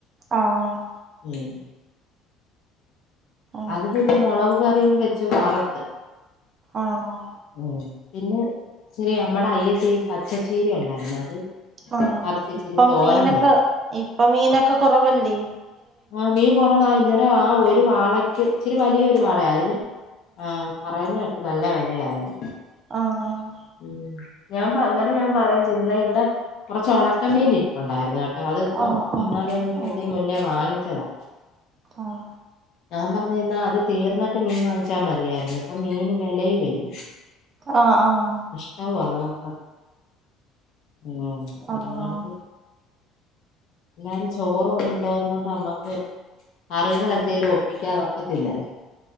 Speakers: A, on the right; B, on the left.
A: ആഹ്
B: ഉം
A: ആഹ്
B: അത് പിന്നെ മൊളക് കറിയും വെച്ചു വറത്ത്
A: ആഹ്
B: ഉം പിന്നെ ഇച്ചിരി അമ്മടെ അയ്യത്തി പച്ചച്ചീരയുണ്ടാര്ന്നു അത്
A: ആഹ്
B: പറിച്ച് ഇച്ചിരി
A: ഇപ്പൊം
B: തോരൻ
A: മീനൊക്കെ
B: വെച്ചു
A: ഇപ്പൊം മീനൊക്കെ കൊറവല്ലേ?
B: ആഹ് മീൻ കൊറവാ ഇന്നലെ ആഹ് ഒരു വാളക്ക് ഇച്ചിരി വലിയ ഒരു വാളയാ അതിന് ആഹ് പറയ്ന്ന കേട്ട് നല്ല വെലയായെന്ന്
A: ആഹ്
B: ഉം ഞാൻ പ ഇന്നലെ ഞാൻ പറയും ചെയ്ത് ഇന്നാ ഇവടെ കൊറച്ച് ഒണക്കമീൻ ഇര്പ്പ്ണ്ടാരുന്നു കെട്ടോ അത്പ്പൊ
A: ആഹ്
B: മൂന്നാല് ദിവസത്തിന്
A: ആഹ്
B: മുന്നെ വാങ്ങിച്ചതാ
A: ആഹ്.
B: ഞാൻ പറഞ്ഞ്ന്നാ അത് തീർന്നിട്ട് മീൻ വാങ്ങിച്ചാ മതിയാര്ന്ന് ഇപ്പൊ മീന് വെലയുവല്ലേ
A: ആഹ് ആഹ്
B: <unintelligible> അമ്മളൊക്ക ഹലോ
A: ആഹ്
B: അങ്ങാടിക്ക് എല്ലാരും ചോറ് കൊണ്ടോന്നോണ്ട് അമ്മക്ക് കറികളെന്തേലും ഒപ്പിക്കാതേ ഒക്കത്തില്ലാരുന്നു